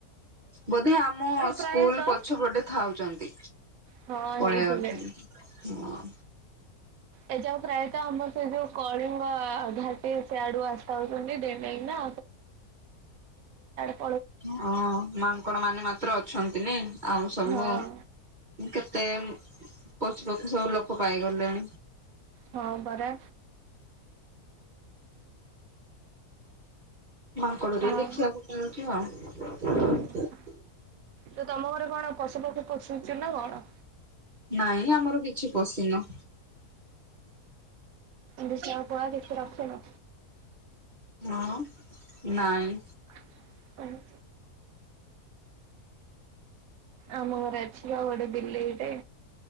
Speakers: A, on the right; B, on the right.
A: ବୋଧେ ଆମ ସ୍କୁଲ
B: ପ୍ରାୟତଃ
A: ପଛପଟେ ଥାଉଛନ୍ତି।
B: ହଁ
A: ପଳେଇବା
B: ହେଇଥିବେ।
A: କଥା
B: ଏ ଯୋଉ ପ୍ରାୟତଃ ଆମର ସେ ଯୋଉ କଳିଙ୍ଗ ଘାଟି ସେ ଆଡୁ ଆସି ଯାଉଛନ୍ତି ଡେ ଡେଇକିନ ନା। <unintelligible>
A: ହଁ ମାଙ୍କଡ ମାନେ ମାତ୍ର ଅଛନ୍ତି ନି ଆଉ ସବୁ
B: ହଁ
A: କେତେ ପଶୁ ପକ୍ଷୁ ସବୁ ଲୋକ ପାଇଗଲେଣି
B: ହଁ ପରା।
A: ମାଙ୍କଡ
B: ହଁ।
A: ଟିକେ ଦେଖିବାକୁ ଯାଉଛୁ
B: ହୁଁ
A: ଆଉ।
B: ତ ତମ ଘରେ କଣ ପଶୁ ପକ୍ଷୀ ପଷୁଛି ନା କଣ?
A: ନାଇଁ ଆମର କିଛି ପଶୀନୁ।
B: ଦୁଷଆ ପୁଆ କିଛି ରଖିନୁ
A: ହଁ ନାଇଁ
B: ଉ ହୁ। ଆମ ଘରେ ଅଛି ବା ଗୋଟେ ବିଲେଇଟେ।